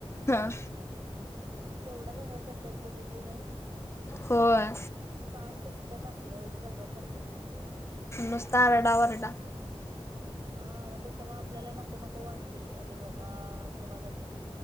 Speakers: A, on the left (about 25°); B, on the right (about 40°).
A: हं.
B: केवढा दंगा करत्यात बघितली नाहीस?
A: होय.
B: कान दुखत्यात आपलं एवढं दंगा करत्यात ती.
A: नुसता आरडा वोरडा.
B: हा मग त्याच्यामुळे आपल्याला नको नको वाटतय अरे बाबा कवा जात्यात?